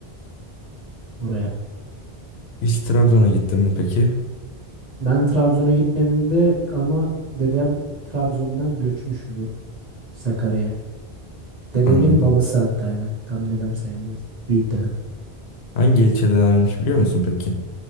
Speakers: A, on the right; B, on the left.
A: buraya.
B: Hiç Trabzon'a gittin mi peki?
A: Ben Trabzon'a gitmedim de ama dedem Trabzon'dan göçmüş bu Sakarya'ya. Dedemin
B: Anladım.
A: babası hatta yani. Tam dedem sayılmaz. Büyük dedem.
B: Hangi ilçedelermiş biliyor musun peki?